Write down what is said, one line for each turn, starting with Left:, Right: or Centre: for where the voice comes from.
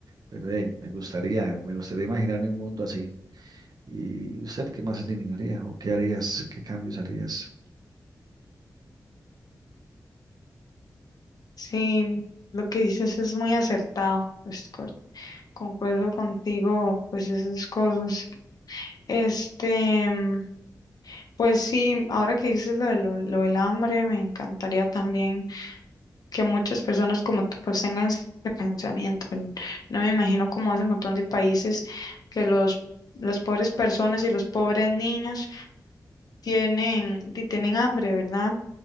Right: Pero hey, me gustaría, me gustaría imaginarme un mundo así. ¿Y usted qué más eliminaría o qué harías? ¿Qué cambios harías?
Left: Sí, lo que dices es muy acertado, pues, co- concuerdo contigo, pues esas cosas. Este, mm, pues sí, ahora que dices lo, de lo lo del hambre, me encantaría también que muchas personas como tú pues tengan ese pensamiento. N- No me imagino como ese montón de países que los las pobres personas y los pobres niños tienen di- tienen hambre, ¿verdad?